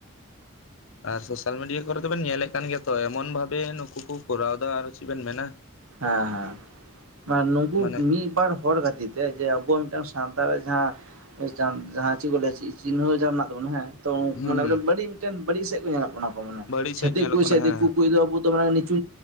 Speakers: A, on the left (about 65°); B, on the right (about 80°).
A: ᱟᱨ ᱥᱳᱥᱟᱞ ᱢᱤᱰᱤᱭᱟ ᱠᱚᱨᱮ ᱫᱚᱵᱮᱱ ᱧᱮᱞᱮᱫ ᱠᱟᱱ ᱜᱮᱭᱟ ᱛᱚ ᱮᱢᱚᱱ ᱵᱷᱟᱵᱮ ᱱᱩᱠᱩ ᱠᱚ ᱠᱚᱨᱟᱣ ᱮᱫᱟ ᱟᱨᱚ ᱪᱮᱫ ᱵᱮᱱ ᱢᱮᱱᱟ᱾
B: ᱦᱮᱸ ᱦᱮᱸ ᱱᱩᱠᱩ
A: ᱢᱟᱱᱮ
B: ᱢᱤᱫ ᱵᱟᱨ ᱦᱚᱲ ᱠᱟᱛᱤᱨ ᱛᱮ ᱡᱮ ᱟᱵᱚ ᱢᱤᱫᱴᱟᱝ ᱥᱟᱱᱛᱟᱲ ᱨᱮ ᱡᱟᱦᱟᱸ ᱪᱮᱫ ᱠᱚ ᱞᱟᱹᱭᱟ ᱪᱤᱱᱦᱟᱹ ᱡᱟᱸᱦᱟ ᱢᱮᱱᱟᱜ ᱛᱟᱵᱚᱱᱟ ᱦᱮᱸ ᱛᱚᱢᱟᱱᱮ
A: ᱦᱩᱸ ᱦᱩᱸ
B: ᱢᱤᱡᱴᱮᱱ ᱵᱟᱹᱲᱤᱡ ᱥᱮᱫ ᱠᱚ ᱧᱮᱞᱚᱜ ᱠᱟᱱᱟ ᱠᱚ ᱢᱟᱱᱮ
A: ᱵᱟᱹᱲᱤᱡ ᱥᱮᱫ
B: ᱪᱷᱟᱹᱛᱤᱠ
A: ᱧᱮᱞᱚᱜ
B: ᱠᱩᱭ
A: ᱠᱟᱱᱟ
B: ᱥᱮ
A: ᱦᱮᱸ
B: ᱫᱤᱠᱩ ᱠᱩᱭ ᱟᱵᱚ ᱫᱚ ᱢᱟᱱᱮ ᱤᱪᱩ